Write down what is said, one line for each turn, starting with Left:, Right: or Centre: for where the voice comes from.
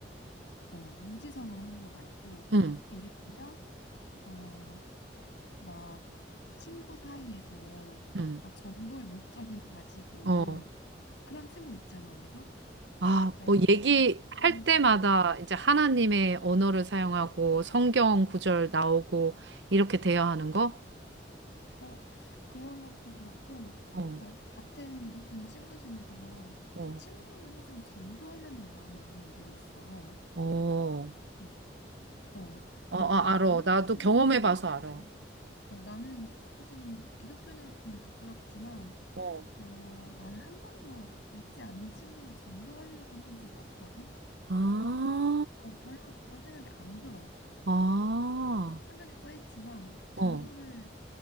Left: 어, 무지성으로 하는 거 말고,
Right: 응,
Left: 예를 들면 어, 막 친구 사이에서
Right: 응.
Left: 막 전도의 목적을 <laughs> 가지고
Right: 어.
Left: 그런 친구 있잖아, 언니도.
Right: 아,
Left: 자기가
Right: 뭐 얘기할
Left: 누구를 전도할,
Right: 때마다
Left: 어,
Right: 이제 하나님의 언어를 사용하고 성경 구절 나오고 이렇게 돼야 하는 거?
Left: 어, 그런 것도 그렇고,
Right: 어,
Left: 그러니까 같은 기독교인 친구 중에서
Right: 어,
Left: 이렇게 친구를 항상 전도하려는 마음이 있는 애들이 있어.
Right: 어, 어,
Left: 뭐, 어, 그러니까
Right: 아,
Left: 나는
Right: 알어. 나도
Left: 사실은
Right: 경험해봐서
Left: 부끄럽게도,
Right: 알어.
Left: 어, 나는 사실은 기독교인으로서는 부끄럽지만,
Right: 어.
Left: 어, 나는 한 번도 믿지 않는 친구를 전도하려고 해본 적이 없거든.
Right: 아,
Left: 어, 별로 그런 생각이 안 들어.
Right: 아,
Left: 성경에 써 있지만 전도를
Right: 어,